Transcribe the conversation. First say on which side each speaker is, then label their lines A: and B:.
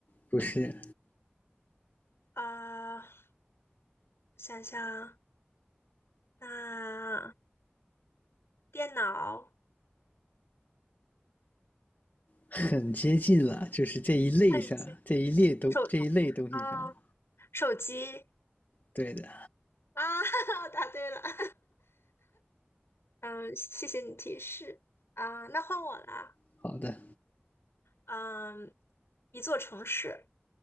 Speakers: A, on the left; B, on the left.
A: 不是
B: 啊、呃想想，那、电脑、
A: 很接近了，就是这一类上这一列东这一类东西上，
B: 喷机、手，啊、手机
A: 对的，
B: 啊，<laughs> 我答对了，<laughs> 嗯，谢谢你提示啊、那换我啦，
A: 好的，
B: 嗯，一座城市，